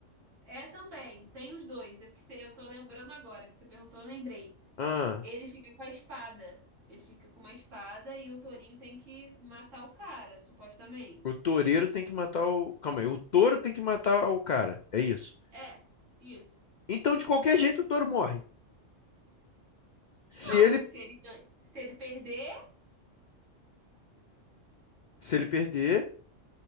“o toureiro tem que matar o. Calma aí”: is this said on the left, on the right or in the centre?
Left